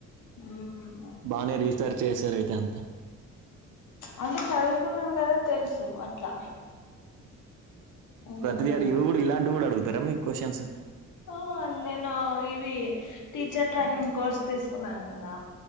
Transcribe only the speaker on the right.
బాగానే రీసెర్ చేశారు అయితే అంతా
ప్రతివి అడిగి వి ఇవీ కూడా ఇలాంటి కూడా అడుగుతారా మీ క్వశ్చన్స్